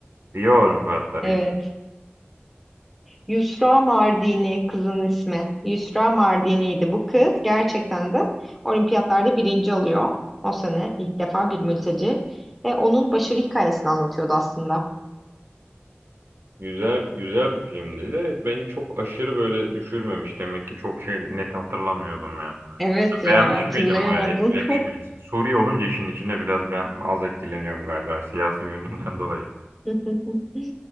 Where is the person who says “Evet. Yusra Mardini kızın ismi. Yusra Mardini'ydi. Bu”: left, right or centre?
Centre